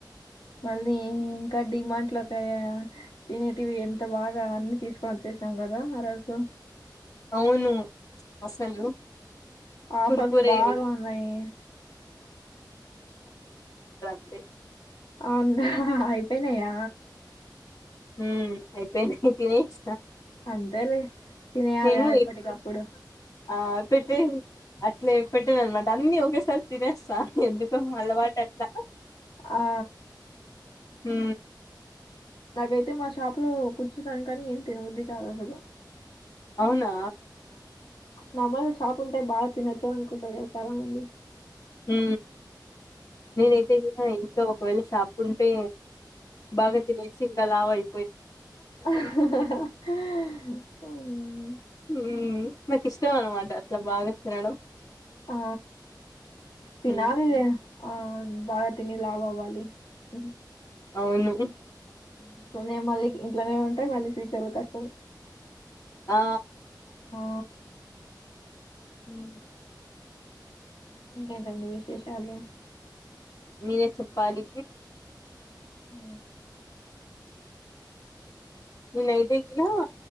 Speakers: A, on the left (about 80°); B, on the left (about 50°).
A: మళ్ళీ ఇంకా డిమాంట్ లో ఒక తినేటివి ఎంత బాగా అన్ని తీసుకొనిచ్చ కుని వచ్చాము కదా ఆరోజు
B: అవును అసలు
A: ఆ ఆఫర్స్
B: కుర్కురే
A: బాగా ఉన్నాయి
B: వే
A: అవునా అయిపోయినాయా
B: ఉమ్ అయిపోయినాయి తినేసిన
A: అంతేలే తినేయాలి
B: నేను
A: ఎప్పటికప్పుడు
B: ఇ ఆ పెట్ ప్లేట్ పెట్టేన అన్నమాట అన్ని ఒక్కసారి తినే సా ఎందుకు అలవాటు అట్లా
A: ఆ
B: ఉ
A: నాకైతే మా షాపు లో కూర్చున్నాను కానీ ఏం తినవుద్ది కాదు అసలు
B: అవునా
A: నమల షాప్ ఉంటే బా తినచ్చ అనుకుంటరుగా చాలా మంది
B: ఉ నేనైతే ఇంక ఇంకా ఒకవేళ షాపుంటే బాగా తినేసి ఇంక లావయ్
A: ఊ
B: ఊ నాకు ఇష్టం అన్నమాట అట్లా బాగ తినడం
A: ఆ తినాలి
B: హ్మ్
A: జన్స్ ఆ బాగా తిని లావవాలీ ఉ
B: అవును
A: ఇంట్లనే మళ్ళీ ఇంట్లనే ఉంటే మళ్ళీ ఫ్యూచర్ ల కష్టం
B: ఆ
A: ఓ
B: ఊ
A: ఇకేంటండి విశేషాలు
B: మీరే చెప్పాలి
A: ఊ
B: ని నైటైది గా